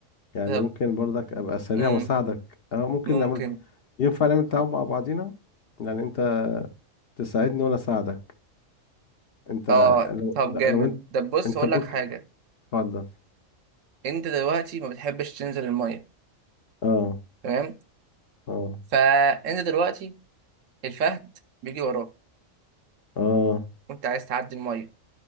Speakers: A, on the left; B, on the right.
A: يعني
B: طب
A: ممكن برضك ابقى سريع
B: مم.
A: واساعدك اه ممكن
B: ممكن
A: نعمل ينفع نعمل تعاون مع بعضينا يعني انت تساعدني وانا اساعدك انت
B: اه
A: لو
B: طب
A: لو
B: جامد
A: انت
B: طب بص
A: انت
B: هقول
A: ممكن
B: لك حاجه
A: اتفضل
B: انت دلوقتي ما بتحبش تنزل الميه
A: اه
B: تمام
A: اه
B: فانت دلوقتي الفهد بيجي وراك
A: اه
B: وانت عايز تعدي الميه